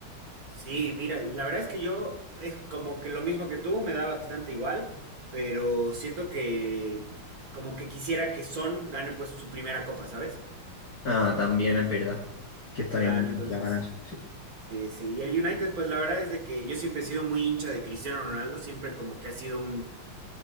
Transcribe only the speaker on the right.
Sí, mira, la verdad es que yo es como que lo mismo que tú, me da bastante igual, pero siento que como que quisiera que Son gane pues su primera copa, ¿sabes?
Claro,
entonces,
sí, sí. Y el United, pues la verdad es de que yo siempre he sido muy hincha de Cristiano Ronaldo, siempre como que ha sido un,